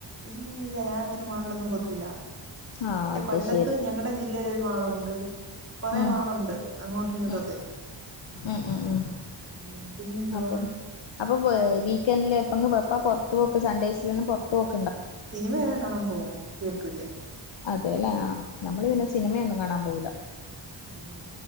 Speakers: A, on the right; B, on the left.
A: ഇല്ലില്ലില്ല ഞാൻ അങ്ങനെ മാളിലൊന്നും പോത്തില്ല
B: ആഹ്
A: മറ്റേ
B: അത്
A: കൊല്ലത്ത്
B: ശരി
A: ഞങ്ങളടെ ജില്ലൽ ഒരു മാളുണ്ട് കൊറേ
B: ഉം
A: മാളുണ്ട് അങ്ങോട്ടും ഇങ്ങോട്ടും
B: ഉം
A: ഒക്കെ
B: ഉം ഉംഉം
A: ഉം പിന്നെന്തുവാ
B: അപ്പൊ അപ്പൊ വീക്കെൻഡില് എപ്പ പൊറ്ത്ത് പോക്ക് സൺഡേയ്സിലെല്ലാം പൊറ്ത്ത് വോക
A: സിനിമയൊക്കെ കാണാൻ പോവും തിയേറ്ററില്
B: അതെല്ലേ ആ നമ്മള്
A: ഉം
B: പിന്നെ സിനിമയൊന്നും കാണാൻ പോവ് ല
A: ഉം